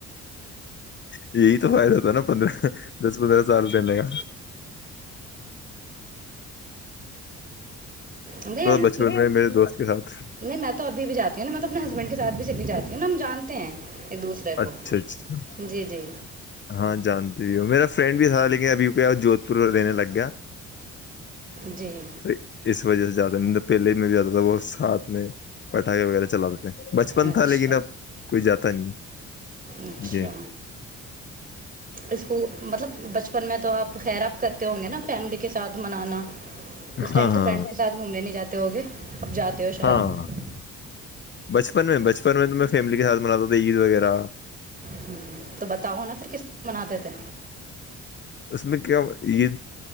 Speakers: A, on the left; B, on the right.
A: یہی تو فائدہ ہو تھا نا پندرہ دس پندرہ سال پہ لے گا
B: نہیں
A: بچپن میں میرے دوست کے ساتھ
B: نہیں میں تو ابھی بھی جاتی ہوں نا میں تو اپنے ہسبینڈ کے ساتھ بھی چلی جاتی ہوں انلمم جانتے ہیں ایک دوسرے کو
A: اچھا اچھا
B: جی جی
A: ہاں جانتی میرا فرینڈ بھی تھا لیکن ابھیک جوھ پور رہنے لگ گیا
B: جی
A: تو اس وجہ سے زیادہ نند پہلے میرے زیاد تھا بہت ساتھ میں پٹاخے وغیرہ چلا دیتے ہیں بچپن
B: اچھا
A: تھا لیکن اب کوئی جاتا نہیں
B: اچھا
A: جی
B: اسک مطلب بچپن میں تو آپ خیر آاب کرتے ہوں گے نا فیملی کے ساتھ منانا اس ٹائم
A: ہاں
B: تو
A: ہاں
B: فرینڈ کے سھ گھوم لینے جاتا ت ہو گے اب جاتے ہو شاید
A: ہاں بچپن میں بچپن میں تو میں فیملی کےاتھ مناتا تھا عید وغیرہ
B: ہ تو بتاؤ نا پھر کس مناتے تھے
A: اس میں کیا یہ